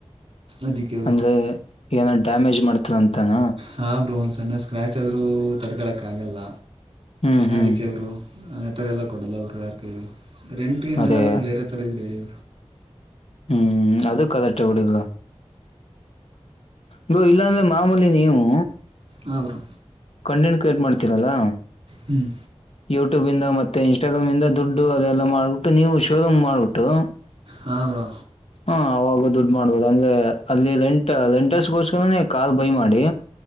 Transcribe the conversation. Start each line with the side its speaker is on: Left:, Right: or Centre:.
Right: ಅದಕ್ಕೆ ಬ್ರೋ
Left: ಅಂದ್ರೆ ಏನ ಡ್ಯಾಮೇಜ್ ಮಾಡ್ತಾನ ಅಂತಾನ
Right: ಹಾ‌ ಬ್ರೋ ಒಂದ್ ಸಣ್ಣ ಸ್ಕ್ರ್ಯಾಚ್ ಆದರೂ ತಡ್ಕಳಕ್ಕ ಆಗಲ್ಲ
Left: ಹ್ಮ್ ಹ್ಮ್
Right: ಅದಕ್ಕೆ ಬ್ರೋ ಆ ಥರ ಎಲ್ಲ ಕೊಡಲ್ಲ ಬ್ರೋ ಯಾರ ಕೈಲಿ ರೆಂಟ್ ಗಿಂಟ
Left: ಅದೇ
Right: ಎಲ್ಲ ಬಿಟ್ಟ ಬೇರೆ ಥರ ಇದ್ದರೆ ಹೇಳಿ
Left: ಹ್ಮ್ ಅದು ಕರೆಕ್ಟೆ ಬಿಡಿ ಬ್ರೋ ಬ್ರೋ ಇಲ್ಲಾಂದ್ರೆ ಮಾಮೂಲಿ ನೀವು
Right: ಹ ಬ್ರೋ
Left: ಕಂಟೆಂಟ್ ಕ್ರಿಯೇಟ್ ಮಾಡ್ತೀರಲ್ಲಾ
Right: ಹ್ಮ್
Left: ಯೂಟ್ಯೂಬ್ ಇಂದ ಮತ್ತೆ ಇನ್ಸ್ಟಾಗ್ರಾಮ್ ಇಂದ ದುಡ್ಡು ಅದೆಲ್ಲ ಮಾಡ್ಬಿಟ್ಟು ನೀವು ಶೋರೂಮ್ ಮಾಡ್ಬಿಟ್ಟು
Right: ಹಾ ಬ್ರೋ
Left: ಹಾ ಆವಾಗ ದುಡ್ ಮಾಡ್ಬೋದು ಅಂದ್ರೆ ಅಲ್ಲಿ ರೆಂಟ್ ರೆಂಟರ್ಸ್ಗೋಸ್ಕರ ಕಾರ್ ಬೈ ಮಾಡಿ